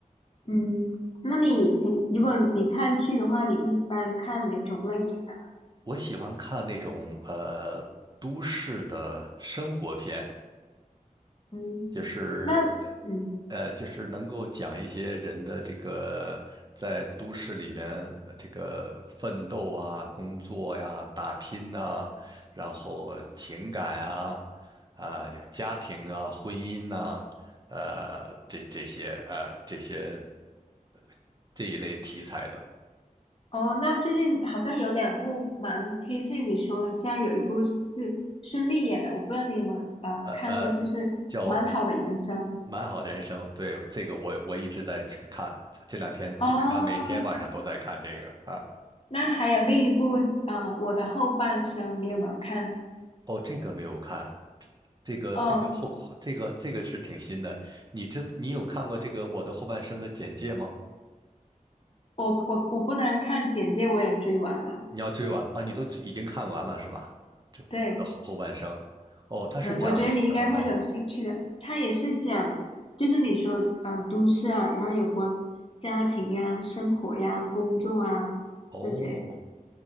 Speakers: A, on the left; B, on the right.
A: 嗯，那你平，如果你看剧的话，你一般看哪种类型的呢
B: 我喜欢看那种呃都市的生活片，
A: 嗯，
B: 就是
A: 那嗯，
B: 呃就是能够讲一些人的这个在都市里面呃这个奋斗啊、工作呀、打拼呐、然后情感啊、啊、有家庭啊、婚姻呐、呃这这些呃这些呃这一类题材的。
A: 哦，那最近好像有两部蛮贴切你说的，像有一部是孙俪演的，我不知道你有没有呃看过，
B: 呃，
A: 就是《蛮好的人生》
B: 叫蛮好的人生。对，这个我我一直在去看，这这两天基本上每天晚上都在看这个啊。
A: 哦。那还有另一部啊，呃《我的后半生》，你有没有看？
B: 哦，这个没有看，这个这个后这个这个是挺新的。
A: 哦，
B: 你知你有看过这个《我的后半生》的简介吗？
A: 我我我不能看简介，我也追完了。
B: 你要追完啊？你都已经看完了是吗？这我的后后半生，
A: 对。
B: 哦，它是讲什么的？
A: 嗯，我觉得你应该会有兴趣的。它也是讲，就是你说呃，都市啊，然后有关家庭呀、生活呀、工作啊这些。
B: 哦